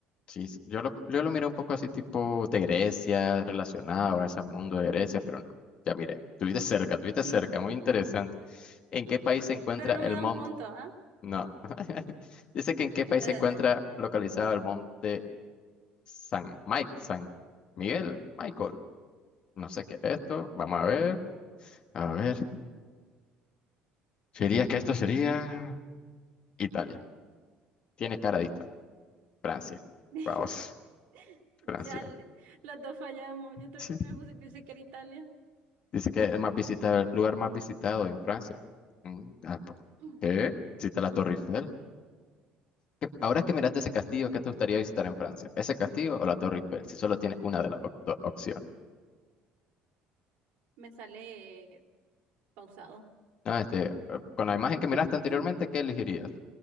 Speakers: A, on the left (about 35°); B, on the right (about 65°).
A: Sí, sí, yo lo, yo lo miro un poco así tipo de Grecia, relacionado a ese mundo de Grecia, pero no. Ya miré, tuviste cerca, tuviste cerca,
B: <laughs>
A: muy interesante. ¿En qué país
B: Mm,
A: se encuentra
B: Pero no
A: el
B: me dan
A: monte?
B: punto, ¿ah?
A: No. <laughs> Dice que en qué país
B: Eh,
A: se encuentra localizado el monte San Mike, San Miguel, Michael. No sé qué es esto. Vamos a ver. A ver. Sería que esto sería Italia. Tiene cara de Italia. Francia.
B: <laughs>
A: Vamos,
B: ya
A: Francia.
B: le- los dos fallamos. Yo también
A: Sí.
B: puse- pensé que era Italia.
A: Dice que es más visitado, el lugar más visitado en Francia. Mm, ah, pa-
B: <clears throat>
A: ¿Qué? Visita la Torre Eiffel. ¿Qué- Ahora que miraste ese castillo, ¿qué te gustaría visitar en Francia? ¿Ese castillo o la Torre Eiffel? Si solo tienes una de las op- do- opciones.
B: Me sale eh, pausado.
A: No, este, eh, con la imagen que miraste
B: <clears throat>
A: anteriormente, ¿qué elegirías?